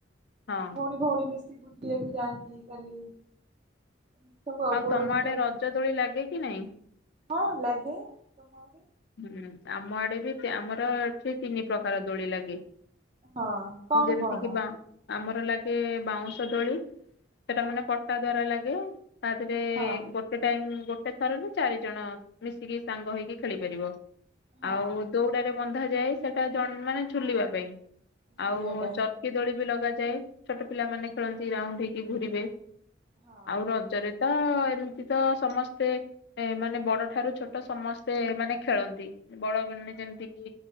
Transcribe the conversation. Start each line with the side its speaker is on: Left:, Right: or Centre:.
Left: ହଁ
Right: ଭଉଣୀ ଭଉଣୀ ମିଶି ବୁଲିବାକୁ ଯାଆନ୍ତି କାଲି। ଏମିତି ସବୁ ଆଉ ପୋଡ଼ପିଠା
Left: ତମ ଆଡେ ରଜ ଦୋଳି ଲାଗେ କି ନାଇଁ?
Right: ହଁ ଲାଗେ, ତୁମ ଆଡ଼େ?
Left: ହୁଁ ଆମ ଆଡ଼େ ବି ତ୍ୟା ଆମର ଏଠି ତିନି ପ୍ରକାର ଦୋଳି ଲାଗେ।
Right: ହଁ କଣ
Left: ଯେମତି
Right: କଣ
Left: କିି ବାଁ ଆମର ଲାଗେ ବାଉଁଶ ଦୋଳି। ସେଟା
Right: ହଁ
Left: ମାନେ ପଟା ଦ୍ଵାରା ଲାଗେ ତା ଦେହରେ
Right: ହଁ
Left: ଗୋ ଟେ ଟାଇମ୍ ଗୋଟେ ଥରରେ ଚାରି ଜଣ ମିଶିକି ସାଙ୍ଗ ହେଇକି ଖେଳିପାରିବ
Right: ହଁ
Left: ଆଉ ଦୋଉଡାରେ ବନ୍ଧାଯାଏ ସେଟା ଜଣ ମାନେ ଝୁଲିବା ପାଇଁ
Right: ଝୁଲିବା
Left: ଆଉ
Right: ପାଇଁ
Left: ଚ କି ଦୋଳି ବି ଲଗାଯାଏ ଛୋଟ ପିଲାମାନେ ଖେଳନ୍ତି ରାଉଣ୍ଡ ହେଇକି ଘୁରିବେ
Right: ହଁ
Left: ଆଉ
Right: ହଁ
Left: ରଜରେ ତ ଏମତି ତ ସମସ୍ତେ ଏ ମାନେ ବଡ଼ ଠାରୁ ଛୋଟ ସମସ୍ତେ ମାନେ ଖେଳନ୍ତି ବଡ଼ ମାନେ
Right: ହଁ
Left: ଯେମିତି କି